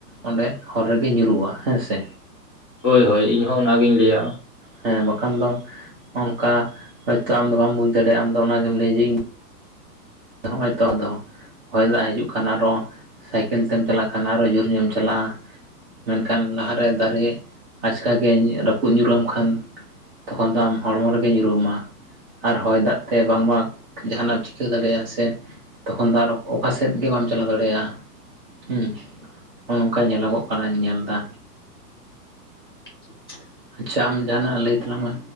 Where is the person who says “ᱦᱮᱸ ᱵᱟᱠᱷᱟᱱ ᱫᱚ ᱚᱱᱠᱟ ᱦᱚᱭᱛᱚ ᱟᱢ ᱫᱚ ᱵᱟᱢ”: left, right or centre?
Right